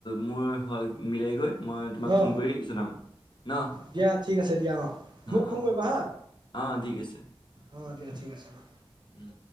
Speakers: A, on the left; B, on the right.
A: মোৰ হৈ মিলাই গৈ মই তোমাক
B: অ
A: ফোন কৰি জনাম ন
B: দিয়া ঠিক আছে দিয়া অ মোক ফোন
A: অ,
B: কৰিবা
A: হ'ব
B: হা
A: দিয়া অ, ঠিক আছে।
B: অ দিয়া ঠিক আছে অ
A: উম